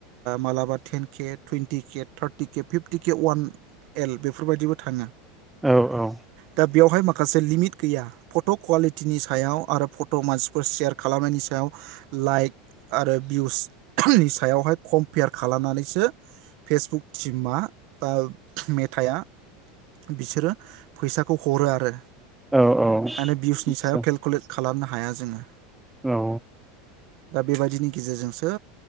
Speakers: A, on the right; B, in the centre.
A: मालाबा ten K twenty K thirty K fifty K अवान एल बेफोरबायदिबो थाङो।
B: औ-औ।
A: दा बेवहाय माखासे लिमिट गैया फट' कुवालिटिनि सायाव आरो, फट' मानसिफोर सेयार खालामनायनि सायाव लाइक आरो भिउसनि ओहोम सायावहाय। कम्पेयार खालामनानैसो फेसबुक सिमा बा मेद थाया बिसोरो फैसाखौ हरो आरो।
B: औ औ आदसा।
A: माने भिउसनि सायाव केलकुलेट खालामनो हाया जोङो।
B: औ।
A: दा बेबादिनि गेजेजोंस सो